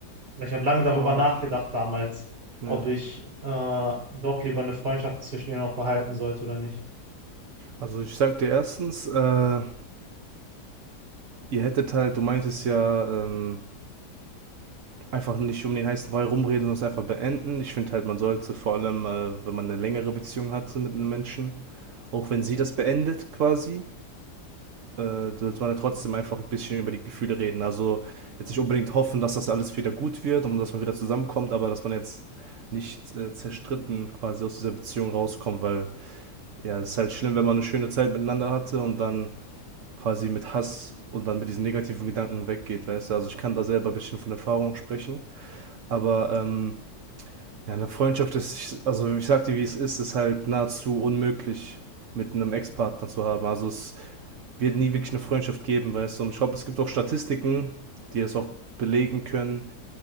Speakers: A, on the right; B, on the right.
A: ich habe lange darüber
B: Boah.
A: nachgedacht damals, ob
B: Ja.
A: ich äh, doch lieber eine Freundschaft zwischen ihr noch behalten sollte oder nicht.
B: Also ich sag dir erstens, äh, ihr hättet halt, du meintest ja, ähm, einfach nicht um den heißen Brei rumreden, sondern es einfach beenden. Ich finde halt, man sollte vor allem, äh, wenn man eine längere Beziehung hatte mit einem Menschen, auch wenn sie das beendet quasi, äh, sollte man ja trotzdem einfach ein bisschen über die Gefühle reden. Also jetzt nicht unbedingt hoffen, dass das alles wieder gut wird und dass man wieder zusammenkommt, aber dass man jetzt nicht äh, zerstritten quasi aus dieser Beziehung rauskommt, weil Ja, es ist halt schlimm, wenn man eine schöne Zeit miteinander hatte und dann quasi mit Hass und dann mit diesen negativen Gedanken weggeht, weißt du? Also ich kann da selber ein bisschen von Erfahrung sprechen, aber ähm, ja, eine Freundschaft ist, also ich sag dir, wie es ist, ist halt nahezu unmöglich mit einem Ex-Partner zu haben. Also es wird nie wirklich eine Freundschaft geben, weißt du? Und ich glaube, es gibt auch Statistiken, die das auch belegen können.